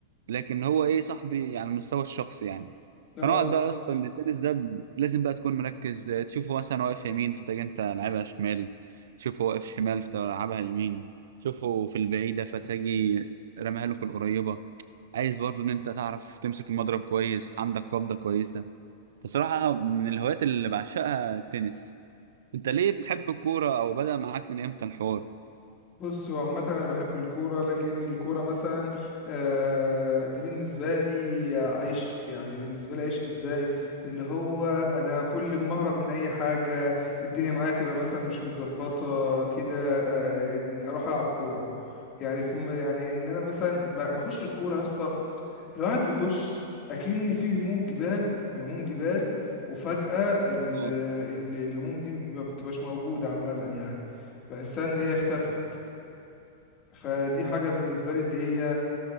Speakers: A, on the right; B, on the left.
A: لكن هو ايه صاحبي يعني على المستوى الشخصي يعني فنقعد
B: اه
A: بقى يا اسطى إن التنس ده ب- لازم بقى تكون مركز آه، تشوفه مثلا واقف يمين فتجي انت لعبها شمال تشوفه واقف شمال فتلعبها يمين تشوفه في البعيدة فتجي رميها له في القريبة عايز برضه ان انت تعرف تمسك المضرب كويس عندك قبضة كويسة بصراحة من الهوايات اللي بعشقها التنس انت ليه بتحب الكورة او بدأ معاك من امتى الحوار؟
B: بص هو عامة أنا بحب الكورة لأجل إن الكورة مثلا آه دي بالنسبة لي عيش يعني بالنسبة لي عيش إزاي اللي هو أنا كل ما أهرب من أي حاجة الدنيا معايا تبقى مثلا مش متظبطة كده آه إني أروح ألعب كورة يعني في م- يعني إن أنا مثلا ب- بخش الكورة يا اسطى الواحد بيخش اكن فيه هموم جبال هموم جبال وفجأة ال
A: آه.
B: ال الهموم دي ما بتبقاش موجودة عامة يعني بحسها ان هي اختفت فدي حاجة بالنسبة لي اللي هي